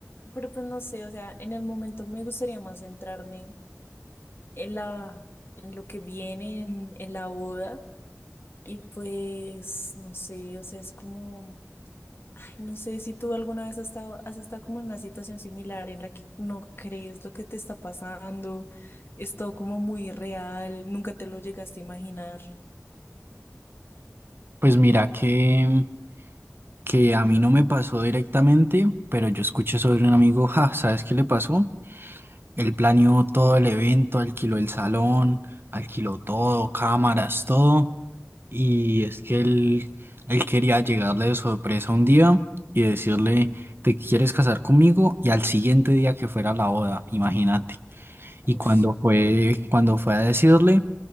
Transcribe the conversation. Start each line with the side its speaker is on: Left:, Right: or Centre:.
Left: pero pues no sé, o sea, en el momento me gustaría más centrarme en la, en lo que viene en, en la boda. Y pues, no sé, o sea, es como, ay, no sé si tú alguna vez has estado, has estado como en una situación similar en la que no crees lo que te está pasando, es todo como muy real, nunca te lo llegaste a imaginar.
Right: Pues mira que, que a mí no me pasó directamente, pero yo escuché sobre un amigo, ja, ¿sabes qué le pasó? Él planeó todo el evento, alquiló el salón, alquiló todo, cámaras, todo. Y es que él, él quería llegarle de sorpresa un día y decirle, ¿te quieres casar conmigo? Y al siguiente día que fuera la boda, imagínate.
Left: Ush.
Right: Y cuando fue, cuando fue a decirle,